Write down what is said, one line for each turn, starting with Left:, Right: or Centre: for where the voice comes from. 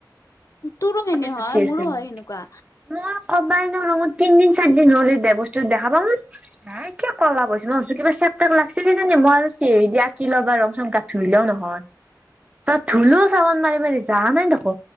Left: তোৰো সেনে হয়,
Right: চুটছি
Left: মোৰো
Right: আছে
Left: হয়
Right: মোৰ।
Left: সেনেকুৱা।
Right: মই ক'বাই নোৱাৰো মোৰ তিনদিন চাৰি দিন হ'ল সেইটো বস্তু দেখা পাওঁ। <unintelligible> চেক টেক লাগিছে কি জানি মই আৰু আকি লবা ৰং চং ধুই লও নহয়, তাত ধুলো চাবোন মাৰি মাৰি যা নাই দেখো